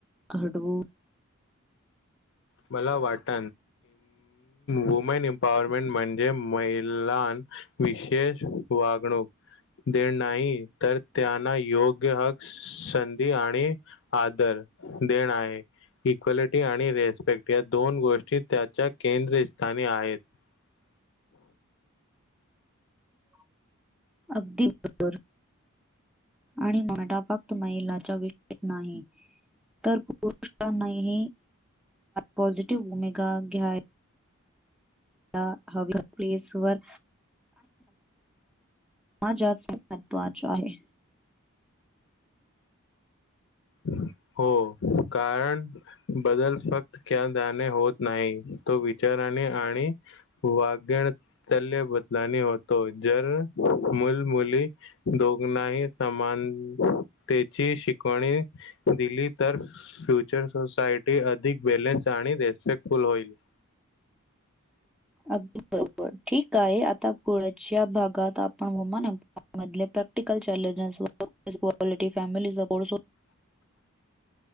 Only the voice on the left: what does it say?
मला वाट वुमेन एम्पॉवरमेंट म्हणजे महिला <inaudible> <unintelligible> <inaudible> विशेष वागणूक <unintelligible> <inaudible> दे नाही तर त्यांना योग्य हक्क संधी आणि आदर <inaudible> <unintelligible> देण आहे इक्वालिटी आणि रेस् <inaudible> <unintelligible> दोन गोष्टी त्याच्या केंद्रस्थानी आहेत <unintelligible>
हम् हो कारण बदल फक्त क्या दणे होत नाही तो विचार आणि वागणल बदलाने होतो जर मल मुली दोघनाही समानतेची शिकवणी दिली तर फ्युचर सोसायटी अधिक बॅलन्स आणि रेस्पेक्टफुल होईल <inaudible>
<inaudible>